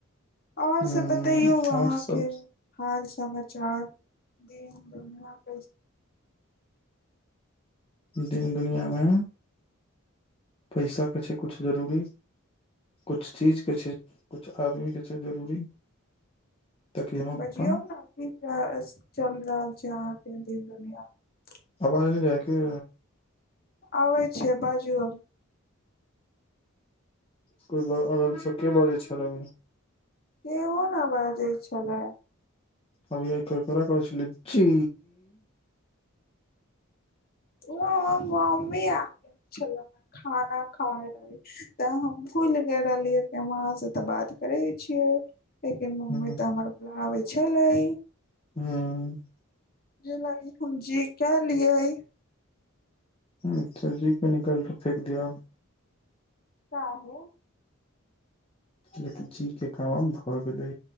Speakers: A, on the left (about 45°); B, on the left (about 25°).
A: और
B: हूं
A: सब बतैयौ अहाँके
B: और सब
A: हाल समाचार दिन दुनिया कैसे
B: दिन दुनिया मे पैसा क छै कुछ जरूरी किछु चीजके छै किछु आदमीके छै जरूरी ताकि हम अपन
A: बजियौ न की चल रहल छै अहाँके दिन दुनिया मे
B: आबाज नहि जाययै कि
A: आबै छै बाजू आब
B: कोइ ब अगल सँ के बजै छल अभी
A: केहो न बाजै छलै
B: अभीये केकरा कहै छलीये जी
A: ओ हमर मम्मी आ गेल छलै खाना खाय लागी तऽ हम भूल गेल रहलियै कि हम अहाँ से तऽ बात करै छियै लेकिन मम्मी
B: हूँ
A: तऽ हमर बोलाबै छलै
B: हुँ
A: जलैकुंजी कैलियऐ
B: अच्छा जी के निकालि कऽ फेेक दियो
A: काहे
B: लेकिन जी के काम आब भऽ गेलै